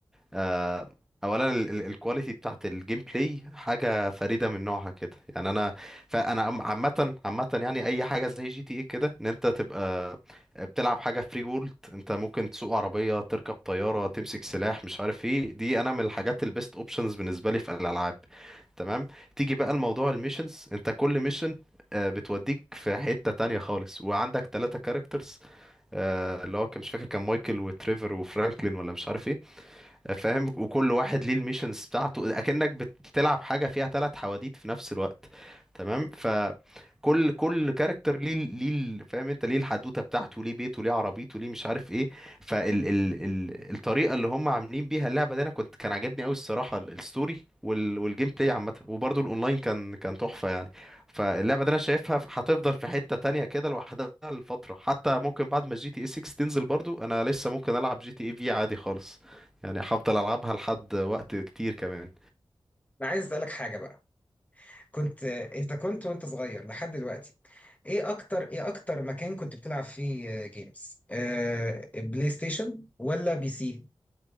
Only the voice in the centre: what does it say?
آه، اولا ال- ال- الكواليتي بتاعت الجيم بلاي حاجه فريده من نوعها كده يعني انا فانا عم- عامه عامه يعني اي حاجه زي جي تي ايه كده ان انت تبقى بتلعب حاجه فري وورلد انت ممكن تسوق عربيه تركب طياره تمسك سلاح مش عارف ايه دي انا من الحاجات البيست اوبشنز بالنسبه لي في الالعاب تمام تيجي بقى الموضوع الميشنز انت كل ميشن بتوديك في حتة تانية خالص وعندك ثلاثة كاركترز اللي هو كان مش فاكر كان مايكل وتريفر وفرانكلين ولا مش عارف ايه فاهم وكل واحد ليه الميشنز بتاعته اكنك بت- بتلعب حاجه فيها ثلاث حواديت في نفس الوقت تمام فكل كل كاركتر ليه ليه ال- فاهم انت ليه الحدوته بتاعته ليه بيته ليه عربيته ليه مش عارف ايه فال ال ال الطريقه اللي هم عاملين بيها اللعبه دي انا كنت كان عاجبني قوي الصراحه ال- الستوري وال والجيم بلاي عامه وبرده الاونلاين كان كان تحفه يعني فاللعبه دي انا شايفها ف- هتفضل في حته تانية كده لوحدها لفتره حتى ممكن بعد ما جي تي اي 6 تنزل برضو انا لسه ممكن العب جي تي اي في عادي خالص يعني هفضل العبها لحد وقت كتير كمان